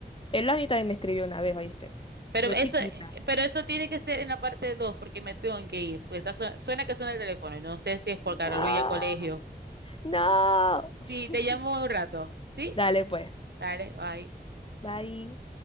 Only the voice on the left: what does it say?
Él a mí también me escribió una vez, ¿oíste?
Yo
chiquita.
No,
no. <laughs>
Dale pues.
Bye.